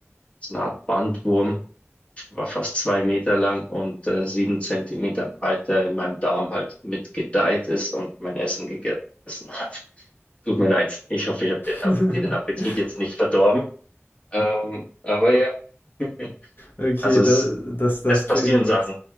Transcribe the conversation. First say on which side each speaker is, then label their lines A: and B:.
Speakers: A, on the left; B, on the left.
A: so eine Art Bandwurm, war fast zwei Meter lang und äh, sieben Zentimeter breit, der in meinem Darm halt mitgedeiht ist und mein Essen gegessen hat. <laughs> Tut mir leid. Ich hoffe, ich habe den, App-
B: <laughs>
A: dir den Appetit jetzt nicht verdorben. Ähm, aber ja, <laughs>
B: Okay,
A: also es,
B: da, das, das
A: es passieren
B: klingt,
A: Sachen.